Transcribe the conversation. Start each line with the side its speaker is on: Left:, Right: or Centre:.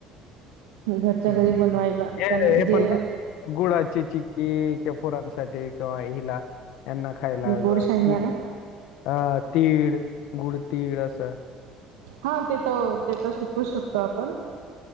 Right: घरच्या
Left: हम्
Right: घरी
Left: हम
Right: बनवायला
Left: हम हे
Right: त्यांनी
Left: हे
Right: जे
Left: पण ना गुळाची चिक्की कि फोरांसाठी किंवा हिला यांना खायला
Right: गोड शेंगदाणे
Left: ती अ तीळ गुडतीळ असं
Right: हा तिथं ते तर शिकू शकतो आपण